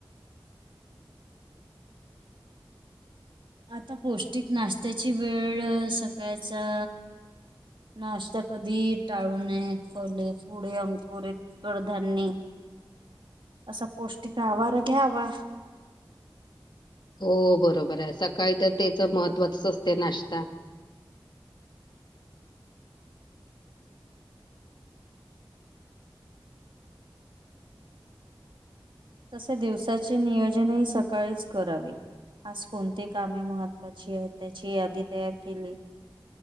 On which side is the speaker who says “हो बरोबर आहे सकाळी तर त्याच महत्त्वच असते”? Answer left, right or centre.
Left